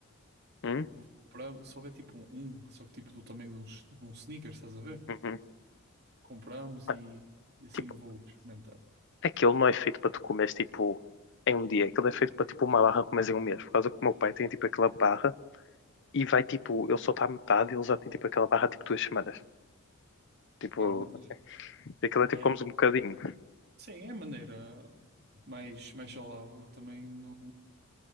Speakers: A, on the left; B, on the right.
A: Hum?
B: vou comprar, se houver tipo um, um, só que tipo do tamanho de um, de um Snickers, estás a ver?
A: Uhum.
B: Compramos
A: Ah,
B: e, e assim
A: Tipo,
B: eu vou experimentar.
A: Aquilo não é feito para tu comeres tipo em um dia, aquilo é feito para tipo uma barra comeres em um mês, por causa que o meu pai tem tipo aquela barra e vai tipo, ele só está à metade e ele já tem tipo aquela barra tipo duas semanas. Tipo,
B: Claro, mas
A: assim, aquilo é tipo
B: é,
A: comes um bocadinho.
B: sim, é a maneira mais, mais saudável. Eu também não.